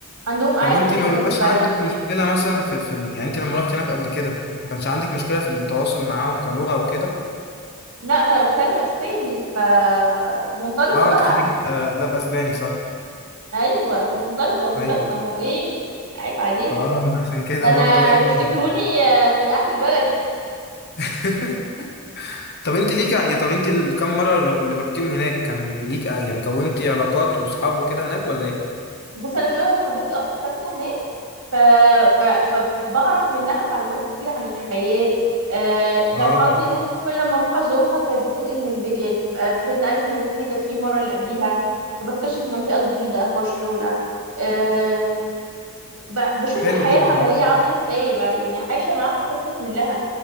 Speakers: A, on the right; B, on the left.
A: عندهم أعياد
B: طب وانت
A: كتير
B: ما
A: قوي
B: بيبقاش
A: في البلد
B: عندك مشكلة مثلا في في ال... يعني انت لما رحت هناك قبل كده ما كانش عندك مشكلة في التواصل معاهم كلغة وكده
A: لا ما أنا بتكلم أسباني فمنطلقة
B: اه
A: بقى
B: انت خريجة آه، ده بأسباني صح
A: أيوة منطلقة منطلقة
B: ايوه
A: أمال إيه لا، عيب عليك
B: فاه انت <laughs> عشان كده
A: ده أنا
B: برضه ايه
A: بيفتكروني
B: م-
A: آه، من أهل البلد
B: <laughs> طب انت ليك ع- يا طب انت الكام مرة رو- اللي رحتيهم هناك كان ليك آه، يعني كونتي علاقات واصحاب وكده هناك ولا ايه
A: بص أنا في واحدة صاحبتي أصلا ساكنة هناك ف... ف... فبعرف منها معلومات كتير عن الحياة آه
B: اه
A: كان حظي ان هي كل ما اروح ازورها كانت بتنقل من بي... يعني بتبقى بتنقلت من البيت اللي هي كانت فيه المرة اللي قبليها فبكتشف منطقة جديدة في برشلونة آم، ب... بشوف
B: حلو
A: الحياة
B: جدا
A: العملية
B: ده
A: عاملة ازاي بقى يعني عايشة معاها القصة كلها